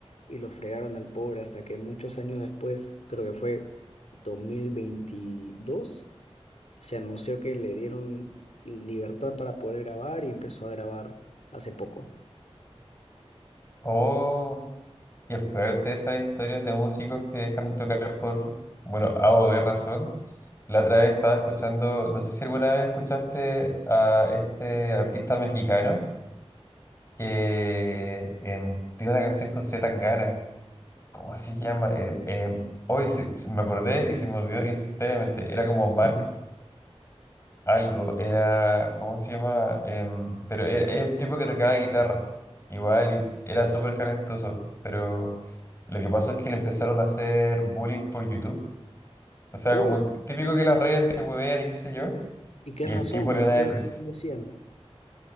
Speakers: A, on the left; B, on the left.
A: y lo fregaron al pobre hasta que muchos años después, creo que fue 2022, se anunció que le dieron libertad para poder grabar y empezó a grabar hace poco.
B: Oh, qué fuerte esas historias de músicos que dejan de tocar por, bueno, A o B razón. La otra vez estaba escuchando, no sé si alguna vez escuchaste a este artista mexicano que em, tiene una canción con C. Tangana. ¿Cómo se llama? Em, em, hoy se- me acordé y se me olvidó instantáneamente. Era como Mark
A: <laughs>
B: algo, era, ¿cómo se llama? Em, pero era, era un tipo que tocaba guitarra, igual, y era súper talentoso, pero lo que pasó es que le empezaron a hacer bullying por YouTube. O sea,
A: Oh,
B: como típico que las redes
A: ¿y
B: te huevean y qué sé yo,
A: y qué
B: y
A: razón?
B: el tipo le
A: ¿Por
B: dio una
A: qué,
B: depresión.
A: por qué lo hacían?